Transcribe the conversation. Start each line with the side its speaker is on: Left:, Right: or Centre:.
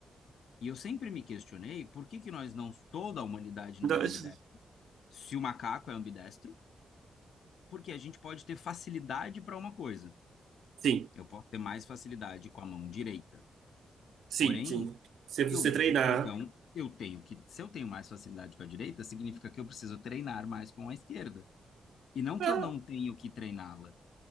Left: E eu sempre me questionei por que que nós não. Toda a humanidade
Right: Então,
Left: não é
Right: é
Left: ambidestra.
Right: isso-
Left: Se o macaco é ambidestro porque a gente pode ter facilidade para uma coisa.
Right: Sim,
Left: Eu posso ter mais facilidade com a mão direita.
Right: sim,
Left: Porém,
Right: sim. Se você
Left: eu
Right: treinar.
Left: então eu tenho que, se eu tenho mais facilidade com a direita, significa que eu preciso treinar mais com a esquerda. E não
Right: Ah,
Left: que eu não tenho que treiná-la.